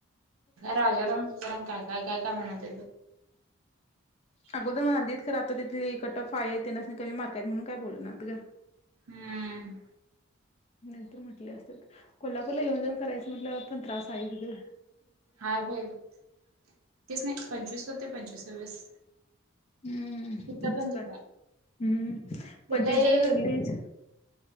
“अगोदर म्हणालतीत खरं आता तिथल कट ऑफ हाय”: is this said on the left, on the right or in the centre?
Left